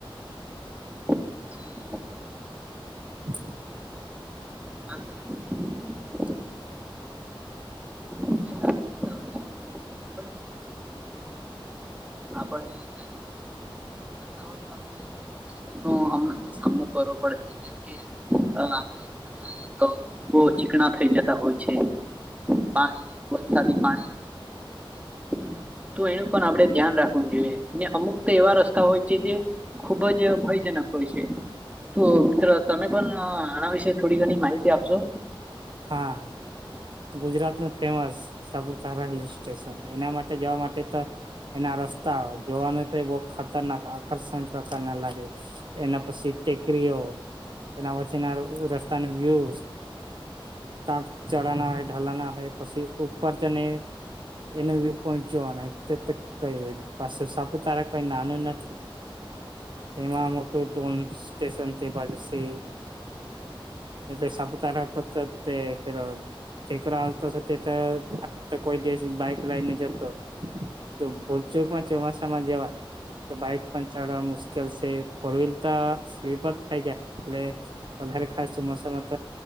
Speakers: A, on the right; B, on the right.
A: પછી
B: <inaudible>
A: પાસ <inaudible> ધીરે આવી જતા હોય છે પણ પડી હોય તો આપડણે આવું નમ સામનો કરવો પડે છે જેમ કે આપે રોડ જોવા તો બહ ચીકણા થઇ જતા હોય છે પાણી વરસાદી પાણી કરતું હોય છે તો એનું પણ આપડે ધ્યાન રાખવનું જોઈએ ને અમુક તો એવા રસ્તા હોય છે જે ખુબ જ ભય નખય છે તો મિત્ર તમે પણ આના વિશે થોડી ઘણી માહિતી આપશો
B: હા ગુજરાત ન ફેમસ સાપુતારા હિલ સ્ટેશન એના માટે જવા માટે એના રસ્તા જોવાનું તો બ ખતરનાક આકર્ષણ પ્રકાર ના લાગે એના પછી ટેકરીઓ એના વચના રસ્તાની વ્યુ તાક ચડાના હોય ઢલાના હોય પછી ઉપર જને એના વ્યુ પોઈન્ટ જોવાના કઈ પાસ સાપુતારા કઈ નાનું નથી એેમ મોટુ ડોન સ્ટેશનથી બાજસે એટલે સાપુતારા પર પેલો ટેકરો આવતો તે તો આપ તો કોઈ દિવસ બાઈક લઈને જતો તો ભોલચોક માં ચોમાસામાં જવાની તો બાઈક પણ ચડવા મુશ્કેલ છે ફોર વ્હીલ તો સ્લીપ જ થાય જાય એટલે વધારે ખાસશ મસાામાંત